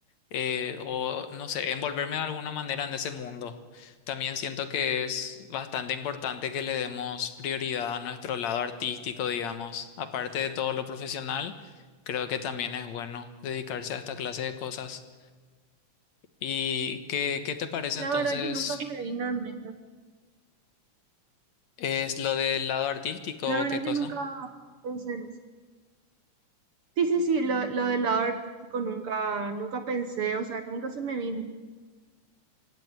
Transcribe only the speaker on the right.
La
verdad que nunca se me vino en mente.
La verdad
que nunca pensé en eso. Sí, sí, sí, lo, lo del lado artístico nunca, nunca pensé, o sea, nunca se me vino